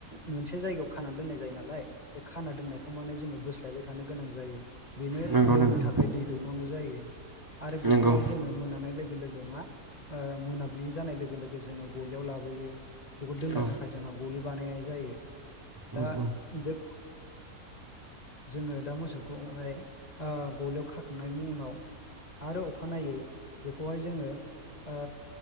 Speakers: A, on the left; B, on the right.
A: मोनसे जायगायाव खाना दोननाय जायो नालाय बे खाना दोननायखौ माने जोङो बोस लाबाय थानो गोनां जायो बेनो
B: नंगौ
A: लोंनो
B: नंगौ
A: थाखाय दै दौनांगौ जायो आरो बेखौहाय
B: नंगौ
A: जों जोङो मोनानाय लोगो लोगो मा ओ मोनाब्लि जानाय लोगो लोगो जोङो गलियाव लाबोयो। बेखौ दोननो
B: औ
A: थाखाय जोङहा गलि बानायनाय जायो
B: औ
A: दा
B: औ
A: बे जोङो दा मोसौखौहाय ओ गलिआव खाखांनायनि उनाव आरो अखानायै बेखौहाय जोङो ओ